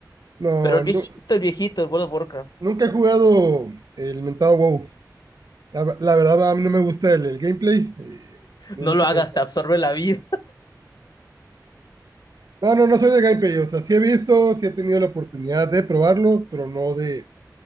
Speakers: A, on the right; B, on the left.
A: No,
B: pero el viejito,
A: nu-
B: el viejito, el World of Warcraft.
A: nunca he jugado el mentado WoW. La, ver- la verdad, a mí no me gusta el, el gameplay. eh, no,
B: No
A: nunca
B: lo hagas,
A: me gusta.
B: te absorbe la vida.
A: No, no, no soy de gameplay. O sea, sí he visto, sí he tenido la oportunidad de probarlo, pero no de...